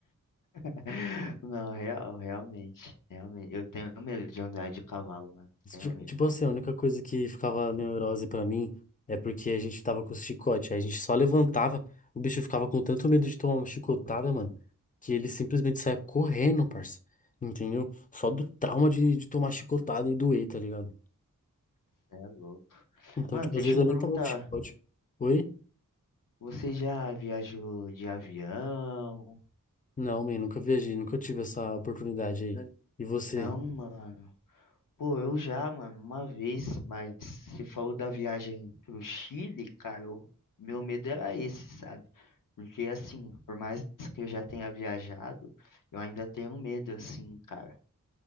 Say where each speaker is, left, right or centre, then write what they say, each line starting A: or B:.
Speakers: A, on the left; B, on the left.
A: <laughs> Não, real, realmente. Realmente. Eu tenho medo de andar de cavalo, mano. Tenho
B: Tipo,
A: medo.
B: tipo assim, a única coisa que ficava neurose pra mim é porque a gente tava com o chicote. Aí a gente só levantava, o bicho ficava com tanto medo de tomar uma chicotada, mano, que ele simplesmente saia correndo, parça. Entendeu? Só do trauma de, de tomar chicotada e doer, tá ligado?
A: Cê É louco.
B: Então,
A: Mano,
B: tipo,
A: deixa
B: às vezes
A: eu
B: eu
A: perguntar.
B: nem tava com chicote. Oi?
A: Você já viajou de avião?
B: Não, man, nunca viajei, nunca tive essa oportunidade aí. É. E você?
A: Não, mano. Pô, eu já, mano, uma vez, mas você falou da viagem pro Chile, cara, o meu medo era esse, sabe? Porque assim, por mais que eu já tenha viajado, eu ainda tenho medo, assim, cara.